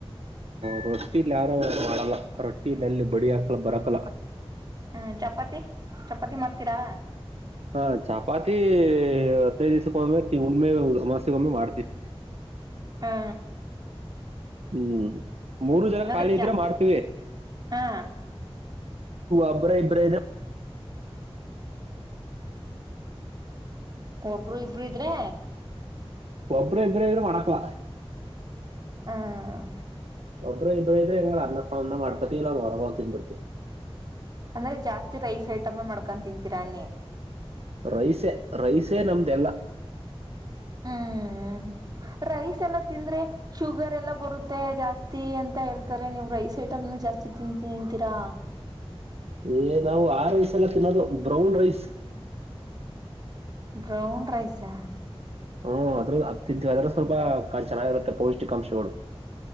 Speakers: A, on the right; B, on the right.
A: ಹು ರೊಟ್ಟಿಲಿ ಯಾರು ಮಾಡಲ್ಲಾ ರೊಟ್ಟಿಲೆಲ್ಲಿ ಬಡಿ ಹಾಕಲ್ಲ ಬರಕಲ್ಲ.
B: ಹ ಚಪಾತಿ ಚಪಾತಿ ಮಾಡ್ತೀರಾ.
A: ಹಾ ಚಪಾತಿ ಹತ್ತೈ ದಿವ್ಕ್ಕೊಮ್ಮೆ ಉಣ್ಮೆ ಅಮಾಸಿಗೊಮ್ಮೆ ಮಾಡ್ತಿವಿ.
B: ಹಾ
A: ಹು ಮೂರು ಜನ
B: ಹಂಗಾದ್ರೆ
A: ಖಾಲಿ ಇದ್ರೆ
B: ಜಾಸ್
A: ಮಾಡ್ತೀವಿ.
B: ಹಾ
A: ಒಬ್ಬರೆ ಇಬ್ಬರೆ ಇದ್ರೆ
B: ಒಬ್ರು ಇಬ್ರು ಇದ್ರೆ.
A: ಒಬ್ಬರೇ ಇದ್ರೆ ಏನು ಮಾಡಕಲ್ಲ.
B: ಹ್ಮ್
A: ಒಬ್ಬರ ಇಬ್ಬರ ಇದ್ರೆ <unintelligible> ಅನ್ನ ಪನ್ನ ಮಾಡ್ಕತಿವ ಇಲ್ಲ ಹೊರಗ್ ಹೋಗ್ ತಿನ್ ಬಿಡ್ತಿ.
B: ಅಂದ್ರೆ ಜಾಸ್ತಿ ರೈಸ್ ಐಟಂ ಮಾಡ್ಕೊಂಡು ತಿಂತೀರ ಅನ್ನಿ.
A: ರೈಸೇ ರೈಸೇ ನಮ್ದೆಲ್ಲ.
B: ಹ್ಮ್ ರೈಸ್ ಎಲ್ಲ ತಿಂದ್ರೆ ಶುಗರ್ ಎಲ್ಲ ಬರುತ್ತೆ ಜಾಸ್ತಿ ಅಂತ ಹೇಳ್ತಾರೆ ನೀವು ರೈಸ್ ಐಟಮ್ ನೇ ಜಾಸ್ತಿ ತಿನ್ ತಿಂತೀರಾ.
A: ಏ ನಾವು ಆ ರೈಸ್ ಅಲ್ಲ ತಿನ್ನೋದು ಬ್ರೌನ್ ರೈಸ್.
B: ಬ್ರೌನ್ ರೈಸಾ.
A: ಹ್ಮ್ಅದ್ರಲ್ಲಿ ಅದ್ ತಿಂತಇದ್ರೆ ಸ್ವಲ್ಪ <unintelligible> ಚೆನ್ನಾಗಿರುತ್ತೆ ಪೌಷ್ಟಿಕಾಂಶಗಳು.